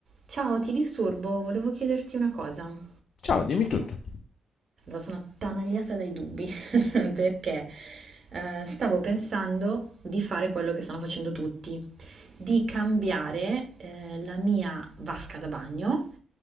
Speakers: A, on the right (about 45°); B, on the left (about 60°).
A: Ciao, ti disturbo, volevo chiederti una cosa. Allora,
B: Ciao, dimmi tutto.
A: sono attanagliata dai dubbi <laughs> perché eh, stavo pensando di fare quello che stanno facendo tutti, di cambiare eh, la mia vasca da bagno